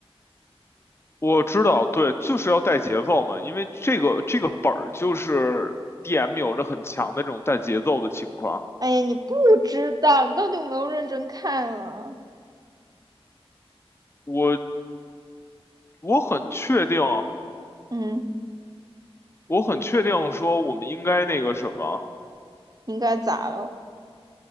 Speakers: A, on the left; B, on the right.
A: 我知道，对，就是要带节奏嘛，因为这个这个本儿就是 DM 有着很强的这种带节奏的情况。
B: 哎呀，你不知道，你到底有没有认真看啊？
A: 我我很确定，
B: 嗯，
A: 我很确定说我们应该那个什么，
B: 应该咋了？